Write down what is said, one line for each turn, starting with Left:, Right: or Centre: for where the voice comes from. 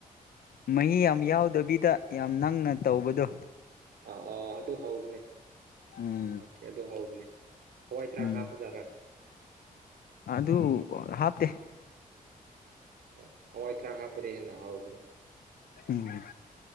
Left: ꯃꯍꯤ ꯌꯥꯝ ꯌꯥꯎꯗꯕꯤꯗ ꯌꯥꯝ ꯅꯪꯅ ꯇꯧꯕꯗꯣ
Right: ꯑ ꯑ ꯑꯗꯨ ꯍꯧꯅꯦ
Left: ꯎꯝ
Right: ꯑꯣꯀꯦ ꯑꯗꯨ ꯍꯧꯒꯅꯦ ꯍꯋꯥꯏ ꯊꯔꯥꯛ
Left: ꯎꯝ
Right: ꯍꯥꯞꯄ ꯖꯥꯠꯔꯥ
Left: ꯑꯗꯨ ꯍꯥꯞꯇꯦ
Right: ꯑꯣ ꯍꯋꯥꯏ ꯇꯔꯥ ꯍꯥꯞꯄꯗꯤ ꯍꯦꯟꯅ ꯍꯥꯎꯕꯅꯦ
Left: ꯎꯝ